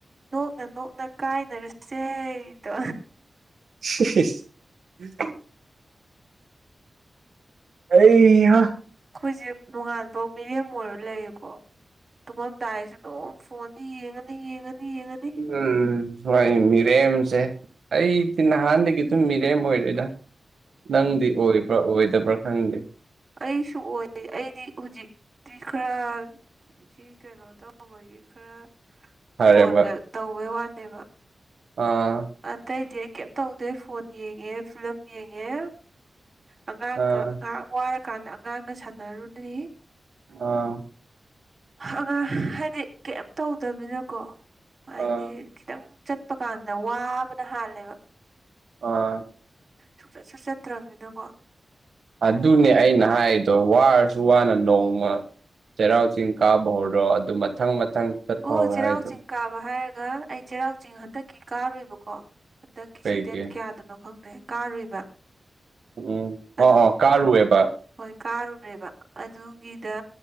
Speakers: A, on the right; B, on the right.
A: ꯅꯣꯛꯅ ꯅꯣꯛꯅ ꯀꯥꯏꯅꯔꯁꯦꯗꯣ
B: <unintelligible> ꯑꯩꯍꯥ
A: ꯈꯣꯏꯖꯦ ꯅꯣꯡꯉꯥꯟꯚꯧ ꯃꯤꯔꯦꯝ ꯑꯣꯏꯔ ꯂꯩꯔꯦꯀꯣ ꯇꯨꯝꯃꯝꯗꯥꯏꯁꯨ ꯑꯗꯨꯝ ꯐꯣꯟꯗꯤ ꯌꯦꯡꯉꯅꯤ ꯌꯦꯡꯉꯅꯤ ꯌꯦꯡꯉꯅꯤ
B: ꯎꯝ ꯋꯣꯢ ꯃꯤꯔꯦꯝꯖꯦ ꯑꯩꯗꯤ ꯅꯍꯥꯟꯗꯒꯤ ꯑꯗꯨꯝ ꯃꯤꯔꯦꯝ ꯑꯣꯏꯔꯦꯗ ꯅꯪꯗꯤ ꯑꯣꯏꯕ꯭ꯔꯥ ꯑꯣꯏꯗꯕ꯭ꯔꯥ ꯈꯪꯗꯦ
A: ꯑꯩꯁꯨ ꯑꯣꯏ ꯑꯩꯗꯤ ꯍꯧꯖꯤꯛꯇꯤ ꯈꯔ ꯁꯤ ꯀꯩꯅꯣ ꯇꯧꯕꯒꯤ ꯈꯔ
B: ꯐꯔꯦꯕ
A: ꯐꯣꯟꯒ ꯇꯧꯕꯩ ꯋꯥꯅꯦꯕ
B: ꯑꯥ
A: ꯑꯇꯩꯗꯤ ꯑꯩ ꯀꯩꯝ ꯇꯧꯗꯦ ꯐꯣꯟ ꯌꯦꯡꯉꯦ ꯐꯤꯂꯝ ꯌꯦꯡꯉꯦ ꯑꯉꯥꯡꯒ
B: ꯑꯥ
A: ꯉꯍꯥꯛ ꯋꯥꯔꯀꯥꯟꯗ ꯑꯉꯥꯡꯒ ꯁꯥꯟꯅꯔꯨꯅꯤ
B: ꯑꯥ
A: ꯑꯉꯥꯡ ꯍꯥꯏꯗꯤ ꯀꯩꯝ ꯇꯧꯗꯝꯅꯤꯅꯀꯣ ꯍꯥꯏꯗꯤ
B: ꯑꯥ
A: ꯈꯤꯇꯪ ꯆꯠꯄ ꯀꯥꯟꯗ ꯋꯥꯕꯅ ꯍꯥꯜꯂꯦꯕ
B: ꯑꯥ
A: ꯁꯨꯡꯆꯠꯁꯨ ꯆꯠꯇ꯭ꯔꯝꯅꯤꯅꯀꯣ
B: ꯑꯗꯨꯅꯦ ꯑꯩꯅ ꯍꯥꯏꯔꯤꯗꯣ ꯋꯥꯔꯁꯨ ꯋꯥꯅ ꯅꯣꯡꯃ ꯆꯩꯔꯥꯎ ꯆꯤꯡ ꯀꯥꯕ ꯍꯧꯔꯣ ꯑꯗꯨ ꯃꯊꯪ ꯃꯊꯪ ꯆꯠꯄ
A: ꯑꯣ
B: ꯍꯧꯔꯣ
A: ꯆꯩꯔꯥꯎ
B: ꯍꯥꯏꯗꯣ
A: ꯆꯤꯡ ꯀꯥꯕ ꯍꯥꯏꯔꯒ ꯑꯩ ꯆꯩꯔꯥꯎ ꯆꯤꯡ ꯍꯟꯗꯛꯀꯤ ꯀꯥꯔꯨꯏꯕꯀꯣ ꯍꯟꯗꯛ ꯀꯤ
B: ꯀꯩꯒꯤ
A: ꯁꯤ ꯗꯦꯠ ꯀꯌꯥꯗꯅꯣ ꯈꯪꯗꯦ ꯀꯥꯔꯨꯏꯕ
B: ꯎꯝ ꯑꯣ
A: ꯑꯗꯨꯝ
B: ꯑꯣ ꯀꯥꯔꯨꯏꯌꯦꯕ
A: ꯍꯣꯏ ꯀꯥꯔꯨꯔꯦꯕ ꯑꯗꯨꯒꯤꯗ